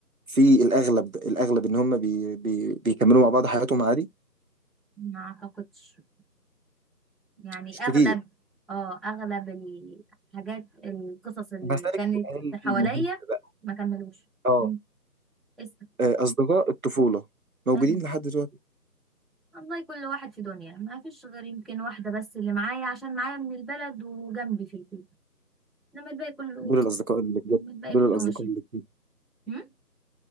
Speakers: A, on the right; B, in the centre.
A: في الاغلب الاغلب ان هم بي بي بيكملوا مع بعض حياتهم عادي
B: ما اعتقدش يعني
A: مش
B: اغلب
A: كتير
B: اه اغلب الحاجات القصص اللي
A: طب هسألك
B: كانت
A: سؤال
B: حواليا
A: مهم بقى
B: ما كملوش
A: اه
B: مم. اسأل
A: آه، اصدقاء الطفوله موجودين
B: مالهم
A: لحد دلوقتي
B: والله كل واحد في دنيا ما فيش غير يمكن واحدة بس اللي معايا عشان معايا من البلد وجنبي في البيت انما الباقي كله
A: دول الاصدقاء اللي بجد
B: إنما الباقي
A: دول
B: كله
A: الاصدقاء
B: ماشي
A: اللي بجد
B: مم؟